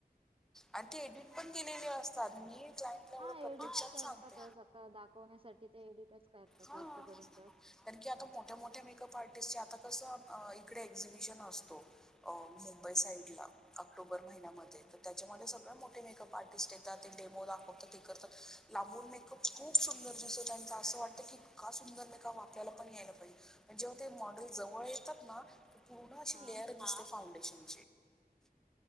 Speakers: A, in the centre; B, on the right.
A: आणि ते एडिट पण केलेले असतात मी क्लायंटला
B: हा
A: एवढं प्रत्यक्षात
B: एडिट करतातच
A: सांगते
B: आता दाखवण्यासाठी ते एडिटच करतात
A: हा
B: जास्त करून तर
A: कारण की आता मोठ्या मोठ्या मेकअप आर्टिस्टचे आता कसं इकडे एक्झिबिशन असतो अ मुंबई साईड ला ऑक्टोबर महिन्यामध्ये त्याच्यामध्ये सगळ मोठे मेकअप आर्टिस्ट येतात ते डेमो दाखवतात ते करतात लांबून मेक खूप सुंदर दिसत त्यांचा असं वाटतं क इतका सुंदर नाही का आपल्याला पण यायला पाहिजे जेव्हा ते मॉडेल जवळ येतात ना पूर्ण अशी
B: हा
A: लेअर दिसते फाउंडेशन